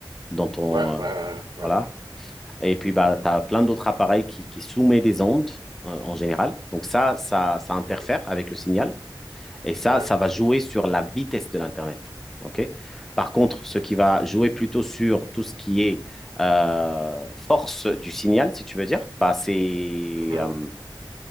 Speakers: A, in the centre; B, on the right.
A: dans ton,
B: ouais, ouais,
A: euh,
B: ouais,
A: voilà. Et puis, bah, tu as plein d'autres appareils qui, qui soumettent des ondes euh, en général. Donc ça, ça, ça interfère
B: ouais.
A: avec le signal. Et ça,
B: ouais.
A: ça va jouer sur la vitesse de l'Internet. OK? Par contre, ce qui va jouer plutôt sur tout ce qui est euh, force du signal, si tu veux dire, bah, c'est
B: Mhm.
A: euh,